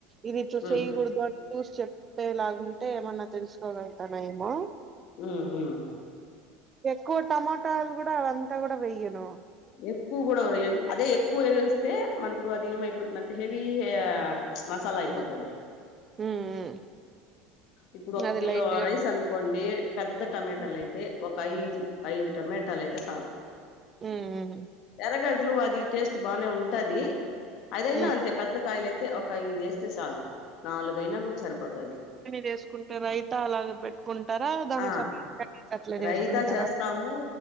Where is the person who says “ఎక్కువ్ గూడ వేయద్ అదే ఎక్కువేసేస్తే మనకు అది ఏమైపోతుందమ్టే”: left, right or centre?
Left